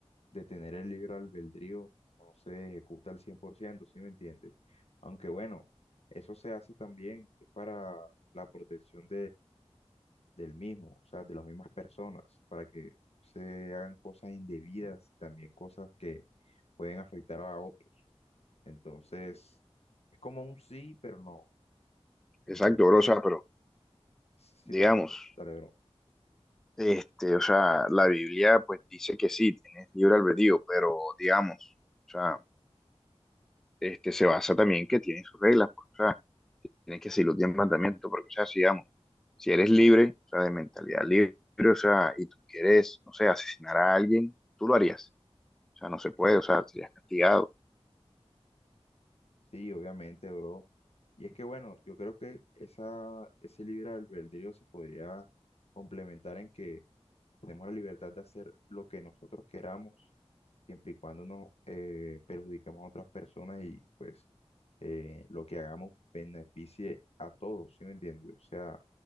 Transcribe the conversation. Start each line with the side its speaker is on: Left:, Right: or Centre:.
Left: de tener el libre albedrío no se ejecuta al cien por ciento ¿sí me entiendes? Aunque bueno, eso se hace también para la protección del mismo, o sea, de las mismas personas, para que se hagan cosas indebidas y también cosas que pueden afectar a otros. Entonces, es como un sí, pero no. Entonces,
Centre: Exacto, bro, o sea, pero
Left: si
Centre: digamos,
Left: te escucho, dale, bro.
Centre: este, o sea, la Biblia pues dice que sí, tienes libre albedrío, pero digamos, o sea, este, se basa también que tiene sus reglas, pues, o sea, tienes que seguir los diez mandamientos, porque, o sea, si, digamos, si eres libre, o sea, de mentalidad libre, o sea, y tú quieres, no sé, asesinar a alguien, tú lo harías, o sea, no se puede, o sea, serías castigado,
Left: Sí, obviamente, bro. Y es que, bueno, yo creo que esa, ese libre albedrío se podría complementar en que Tenemos la libertad de hacer lo que nosotros queramos, siempre y cuando nos eh, perjudiquemos a otras personas y pues eh, lo que hagamos beneficie a todos, ¿sí me entiendes? O sea,